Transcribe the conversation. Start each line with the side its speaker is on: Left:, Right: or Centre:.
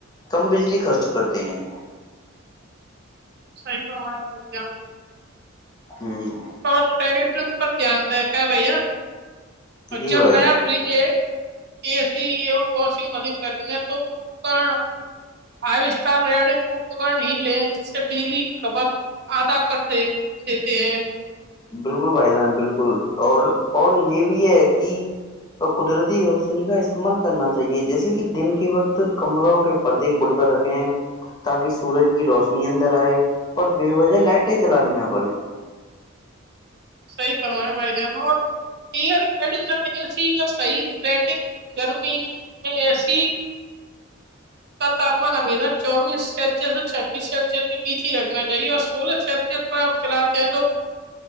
Left: کم بجلی خرچ کرتے ہیں
Right: صحیح کروا کیا
Left: ھممم
Right: اور ٹیلیوژن پر دھیان دے کاا ہے بھیا اچم
Left: جی بھائی
Right: میںیا
Left: جان
Right: فریج ہے ا سی ای واشنگ مشین کرتی ہیں توکر فائیو اسٹار ریڈگ اپکر ہی لے جس سے بجلی کی کپت آدا کر د دیتے ہیں
Left: بالکل بھائی جان بالکل اور اور یہ بھی ہے کہ قدرتی روشنی کا استعمال کرنا چاہیے جیسے کہ دن کے وقت کمروں کے پردے کھل کر رکھیں تاکہ سورج کی روشنی اندر آئے اور بے وجہ لائٹیں چلانی نہ پڑے
Right: صی فما بھائی جان اور ایئر کڈیشن ای صحی ریٹگ گرمی میں ایسی کا تاپمان امییرا چوبیس سسیس سے چھبیس سینسیس کے بیچ ہی رکھنا چاہیے اور سولہ سلر پ آپ چلاتے ہیں تو